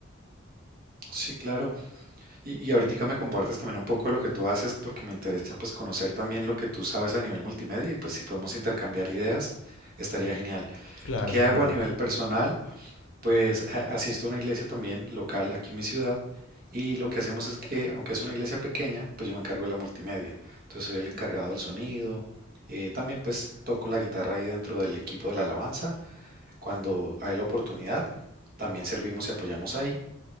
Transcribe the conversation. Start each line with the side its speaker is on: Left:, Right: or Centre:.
Right: sí, claro. Y, y ahorita me compartes también un poco de lo que tú haces, porque me interesa pues conocer también lo que tú sabes a nivel multimedia y pues si podemos intercambiar ideas, estaría genial.
Left: Claro,
Right: ¿Qué
Left: sería
Right: hago
Left: bueno.
Right: a nivel personal? Pues a- asisto a una iglesia también local aquí en mi ciudad y lo que hacemos es que, aunque es una iglesia pequeña, pues yo me encargo de la multimedia. Entonces soy el encargado del sonido. eh, también pues toco la guitarra ahí dentro del equipo de la alabanza cuando hay la oportunidad. También servimos y apoyamos ahí.